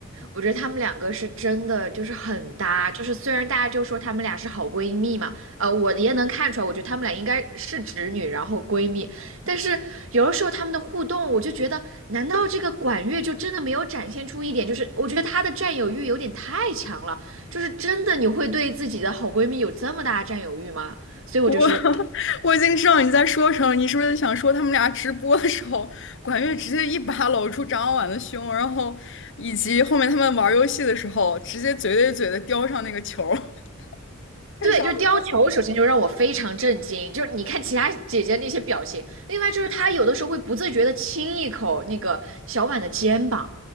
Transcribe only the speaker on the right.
我觉得他们两个是真的就是很搭，就是虽然大家就说他们俩是好闺蜜嘛，呃，我也能看出来，我觉得他们俩应该是直女，然后闺蜜，但是有的时候他们的互动，我就觉得，难道这个管乐就真的没有展现出一点，就是我觉得她的占有欲有点太强了，就是真的你会对自己的好闺蜜有这么大的占有欲吗？所以我就是
对，就是貂裘，首先就让我非常震惊。就是你看其他姐姐那些表情，另外就是她有的时候会不自觉的亲一口那个小婉的肩膀，